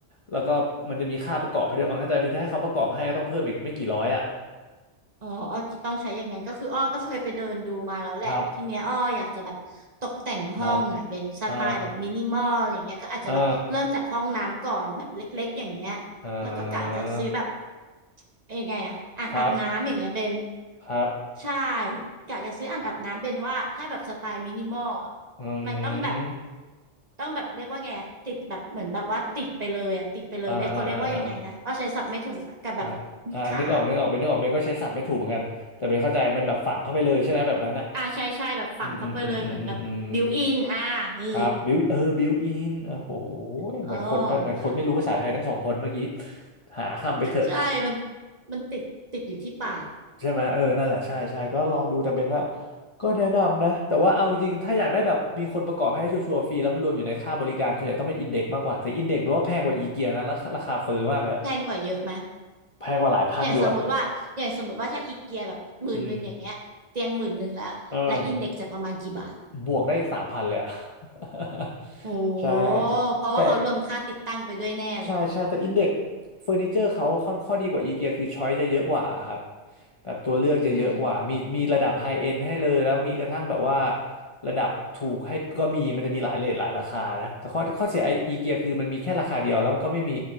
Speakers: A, on the left; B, on the right.
A: แล้วก็มันจะมีค่าประกอบให้ด้วยบางถ้าจะมีถ้าให้เขาประกอบให้ก็ต้องเพิ่มอีกไม่กี่ร้อยอ่ะ
B: อ๋ออ้อต้องใช้อย่างนั้นก็คืออ้อก็เคยไปเดินดูมาแล้วแหละแล้วทีเนี้ยอ้ออยากจะแบบตกแต่งห้องอ่ะเป็นสไตล์แบบมินิมอลอย่างเงี้ยก็อาจจะแบบเริ่มจากห้องน้ำก่อนแบบเล็กๆอย่างเงี้ย
A: ครับครับอ่าอ่าอ่า
B: แล้วก็กะจะซื้อแบบเอ้ยยังไงอ่ะอ่างอาบน้ำอย่างเงี้ยเบน
A: ครับครับ
B: ใช่กะจะซื้ออ่างอาบน้ำเบนว่าถ้าแบบสไตล์มินิมอลอะ
A: อื
B: มันต้องแบบ
A: ม
B: ต้องแบบเรียกว่าไงอะติดแบบเหมือนแบบว่าติดไปเลยอ่ะติดไปเลยเรียกเขาเรียกว่ายังไงนะอ้อใช้ศัพท์ไม่ถูกอะกับแบบมีขา
A: อ่าอ่าอ่าอ่าอ่าอ่านึกออกนึกออกเป็นนึกออกเป็นก็ใช้ศัพท์ไม่ถูกเหมือนกันแต่เป็นเข้าใจมันแบบฝังเข้าไปเลยใช่ไหมแบบนั้นอ่ะ
B: อ่าใช่ใช่แบบฝังเข้าไปเลยเหมือนแบบบิวอินอ่านี่
A: อืมอืมอืมอืมอืมอืมครับบิวเออบิวอินโอ้โห
B: เออ
A: เหมือนคนเหมือนคนไม่รู้ภาษาไทยทั้งสองคนเมื่อกี้
B: นะ
A: หาคำไปเถอะ
B: ใช่มันมันติดติดอยู่ที่ปาก
A: ใช่ไหมเออนั่นแหละใช่ใช่ก็ลองดูแต่เบนก็ก็แนะนำนะแต่ว่าเอาจริงๆถ้าอยากได้แบบมีคนประกอบให้ชัวร์ๆฟรีแล้วมันรวมอยู่ในค่าบริการส่วนใหญ่ต้องเป็นอินเด็กซ์มากกว่าแต่อินเด็กซ์แปลว่าแพงกว่าอีเกียนะแล้วราคาเฟ้อมากเลยอะ
B: แพงกว่าเยอะไหม
A: แพงกว่าหลายพันอยู่อะ
B: อย่างสมมติว่าอย่างสมมติว่าถ้าอีเกียแบบหมื่นหนึ่งอย่างเงี้ยเตียงหมื่นหนึ่งแล้วและอินเด็กจะประมาณกี่บาท
A: อืมเออบวกได้อีกสามพันเลยอะ <laughs>
B: โอ้
A: ใช่
B: เพราะว่าเขารวมค่าติดตั้งไปด้วยแน่เลย
A: แต่ ใช่ใช่แต่อินเด็กเฟอร์นิเจอร์เขาค่อนข้อดีกว่าอีเกียคือช้อยจะเยอะกว่าครับแบบตัวเลือกจะเยอะกว่ามีมีระดับไฮเอนด์ให้เลยแล้วมีกระทั่งแบบว่า
B: อืม
A: ระดับถูกให้ก็มีมันจะมีหลายเรทหลายราคานะแต่ข้อข้อเสียไออีเกียคือมันมีแค่ราคาเดียวแล้วมันก็ไม่มี